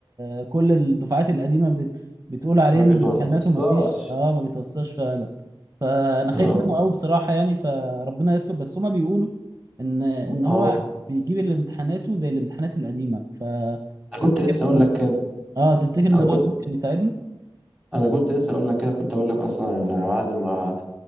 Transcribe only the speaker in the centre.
ما
بيتوصاش
اه
اه
انا كنت لسه اقول لك كده
انا كنت
انا كنت لسه اقول لك كده كنت اقول لك اصلا انا بعد ما